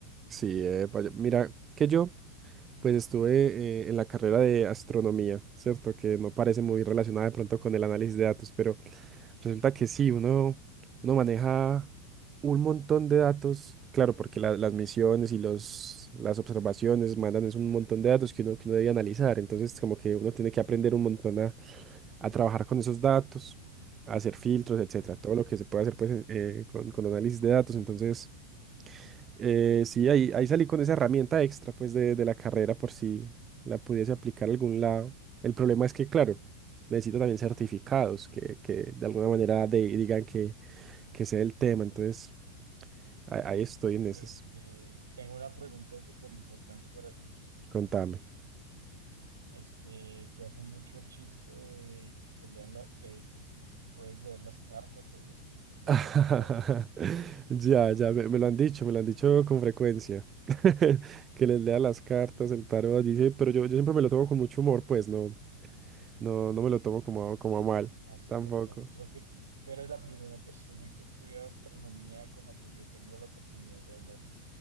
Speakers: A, on the right; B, on the right.
A: sí, eh, vaya- mira que yo pues estuve eh, en la carrera de astronomía, ¿cierto? Que no parece muy relacionada de pronto con el análisis de datos, pero Resulta que sí, uno, uno maneja un montón de datos, claro, porque la- las misiones y los, las observaciones mandan es un montón de datos que uno, que uno debe analizar, entonces como que uno tiene que aprender un montón a, a trabajar con esos datos, a hacer filtros, etcétera, todo lo que se puede hacer pues eh, con, con análisis de datos, entonces eh, sí, ahí, ahí salí con esa herramienta extra, pues, de, de la carrera por si la pudiese aplicar a algún lado. El problema es que, claro, necesito también certificados que, que de alguna manera de- digan que, que sé el tema. Entonces, ahí, ahí estoy en ese.
B: Este, tengo una pregunta súper importante para ti.
A: Contame.
B: Este, te hacen mucho el chiste de que te lean la, de que puedes leer las cartas o algo así, que te
A: <laughs>
B: lean el tarot.
A: Ya, ya, me, me lo han dicho, me lo han dicho con frecuencia. <laughs> Que les lea las cartas, el tarot, dice, pero yo, yo siempre me lo tomo con mucho humor, pues, no, no, no me lo tomo como, como a mal,
B: Astronomía.
A: tampoco.
B: Creo que tú eres la primera persona que estudia astronomía con la que yo tengo la oportunidad de hablar.